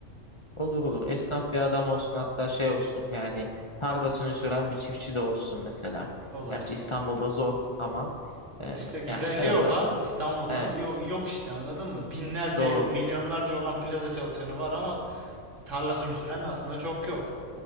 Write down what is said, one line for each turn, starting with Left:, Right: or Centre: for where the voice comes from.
Left: Olur olur. Esnaf bir adam olsun hatta şey olsun yani tarlasını süren bir çiftçi de olsun mesela.
Right: Olabilir,
Left: Gerçi İstanbul'da
Right: olabilir.
Left: zor ama e,
Right: İşte güzelliği
Left: yani en azından
Right: orada İstanbul'da
Left: evet
Right: yok, yok işte anladın mı? Binlerce,
Left: doğru.
Right: milyonlarca olan plaza çalışanı var ama tarlasını süren aslında çok yok.